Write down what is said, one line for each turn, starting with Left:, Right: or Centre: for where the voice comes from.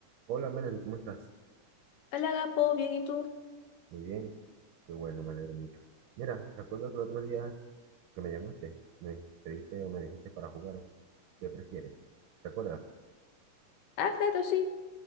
Right: Hola Melanie, ¿cómo estás?
Left: Hola, Gapo, bien, ¿y tú?
Right: Muy bien, qué bueno, me alegro mucho. Mira, recuerdo que el otro día que me llamaste, me dij- pediste o me dijiste para jugar, ¿qué prefieres? ¿Recuerdas?
Left: Ah, claro, sí.